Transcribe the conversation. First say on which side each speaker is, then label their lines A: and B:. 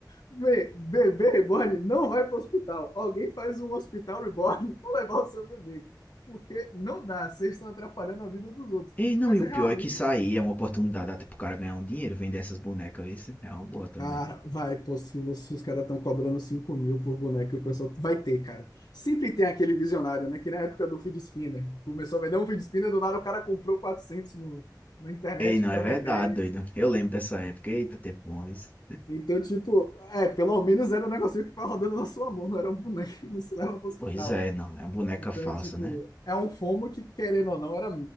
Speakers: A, on the left; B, on the left.
A: be- bebê reborn não vai para o hospital. Alguém faz um hospital reborn <laughs> para levar o seu bebê. Porque não dá, vocês estão atrapalhando a vida dos outros.
B: Ei, não,
A: Mas
B: e o
A: é
B: pior
A: realmente.
B: é que isso aí é uma oportunidade até pro cara ganhar um dinheiro, vender essas bonecas, isso é uma boa também.
A: Cara, vai, pô, se, os se os caras estão cobrando 5 mil por boneco, o pessoal vai ter, cara. Sempre tem aquele visionário, né? Que na época do feed spinner. né? Começou a vender um feed spinner, do nada o cara comprou 400 no, na internet
B: Ei, não,
A: pra
B: é verdade,
A: vender.
B: doido. Eu lembro dessa época. Eita, tempo bom, isso.
A: Então, tipo, é, pelo menos era um negocinho que foi rodando na sua mão, não era um boneco que não se leva pro hospital.
B: Pois é, não, é uma boneca
A: Então,
B: falsa,
A: é tipo,
B: né?
A: é um FOMO que, querendo ou não, era,